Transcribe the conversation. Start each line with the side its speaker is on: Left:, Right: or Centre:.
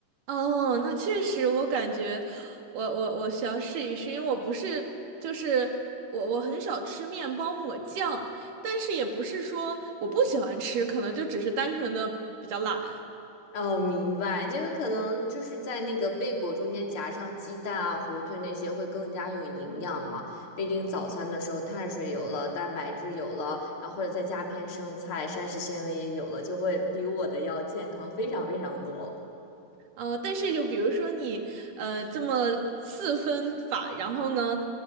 Right: 哦，那确实，我感觉我我我需要试一试，因为我不是就是我我很少吃面包抹酱，但是也不是说我不喜欢吃，可能就只是单纯的比较懒。
Left: 哦，明白，就是可能就是在那个贝果中间夹上鸡蛋啊、火腿那些会更加有营养嘛。毕竟早餐的时候碳水有了，蛋白质有了，然后或者再加片生菜，膳食纤维也有了，就会比我的要健康非常非常多。
Right: 啊。但是就比如说你呃这么四分法，然后呢